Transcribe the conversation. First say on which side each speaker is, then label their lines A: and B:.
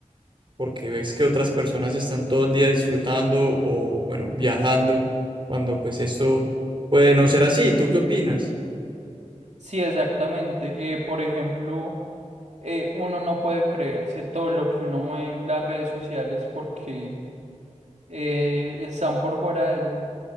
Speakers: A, on the right; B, on the right.
A: porque ves que otras personas están todo el día disfrutando o bueno, viajando cuando pues esto puede no ser así. ¿Tú qué opinas?
B: Sí, exactamente. Eh, por ejemplo, eh, uno no puede creerse todo lo que uno ve en las redes sociales porque eh, están por fuera del,